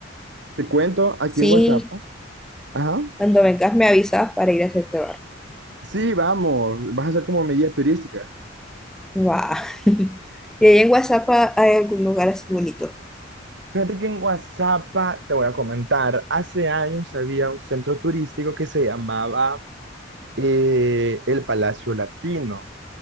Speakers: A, on the right; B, in the centre.
A: Te cuento aquí
B: sí,
A: en WhatsApp. Ajá.
B: cuando vengas me avisas para ir a hacerte
A: Sí, vamos. Vas a ser como mi guía turística.
B: guau <laughs> Y ahí en WhatsApp ah, hay algún lugar así bonito.
A: Fíjate que en Guazapa, te voy a comentar, hace años había un centro turístico que se llamaba eh, el Palacio Latino,